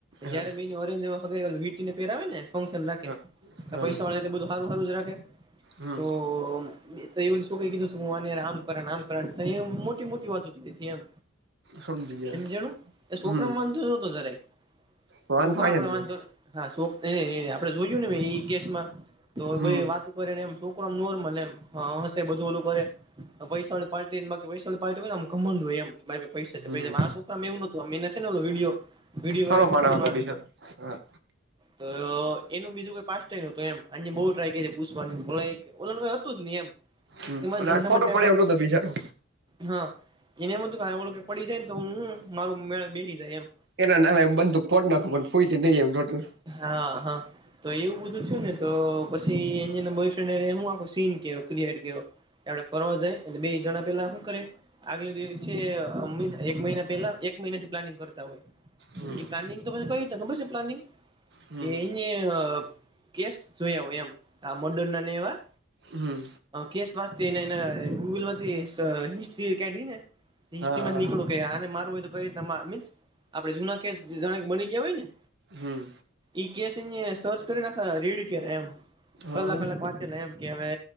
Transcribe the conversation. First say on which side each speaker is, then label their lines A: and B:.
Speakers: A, on the right; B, on the right.
A: જયારે
B: હા
A: <unintelligible> ને પેરાવે ને ફંક્શન રાખે
B: હા હા
A: પૈસા વાળા એટલે બધું હારું હારું જ રાખે કે
B: હમ
A: તો મે તો એ છોકરી કીધું આમ કર આમ કર મોટી મોટી વાતો કીધી હતી એમ.
B: સમજી ગયા
A: હમજાણુ એ છોકરામાં
B: હમ
A: વાંધો નતો જરાય.
B: વાંધો
A: છોકરો
B: આય
A: આપડે
B: જ હોય
A: વાંધો <unintelligible> આપડે જોયું ને એ કેસમાં. તો
B: હમ
A: વાતું કરે ને એમ છોકરોમ નોર્મલ એમ હશે બધું ઓલું કરે. પૈસા વાળી પાર્ટી બાકી પૈસા વાળી પાર્ટી હોય <unintelligible> <unintelligible> હોય એમ કે મારે પૈસા
B: હમ
A: છે પૈસા આ છોકરા માં એવું નતું અને ને વિડીયો વિડીયો
B: સારો
A: વાયરલ
B: માણસ
A: છે ને
B: હતો
A: એમાં
B: બિચારો હા.
A: તો એનું બીજું કોઈ પાસ્ટ ને હતું, એમ. <unintelligible> બહું ટ્રાય કરી પુછવા ઓલાને કંઈ હતું જ નહીં એમ.
B: હમ
A: એમાં
B: અને
A: ધંધામાં
B: આ ખોટો
A: ટાઈમ
B: પડે એવું નોતો બિચારો.
A: હા, એને એમ હતું કે એ પડી જાય ને તો હું મારો મેળ બેસી જાય એમ.
B: એના નામે બદુક ફોટો નાખું પણ ફુટી ઈ નહીં એમ <unintelligible>
A: હા, હા. તો એવું બધું થું ને તો પછી એ બોયફ્રેન્ડું સીન કર્યા <unintelligible> કરો, આપડે ફરવા જાય એટલે બે જણા પેલા શું કરે. આગલો દિવસ છે, એક મહિના પેલા એક મહિના થી પ્લાનિંગ કરતા હોય.
B: હમ
A: એ પ્લાનિંગ તો કંઈ ખબર છે, પ્લાનિંગ
B: હમ
A: કે એને કેસ જોયા હો એમ આ મંડરના ને એવા.
B: હમ
A: કેસ વાંસતા એના ગૂગલમાંથી હિસ્ટ્રી કાઢીને હિસ્ટ્રી
B: હા
A: નીકળું આને મારું હોય તો કઈ રીતના મીન્સ આપડે જૂના કેસ જાણે બની ગયા હોય ને.
B: હમ
A: ઈ કેસ એ સર્ચ કરી નાખા રીડ કરે એમ.
B: હા
A: કલાક કલાક વાંચેલા એમ કે હવે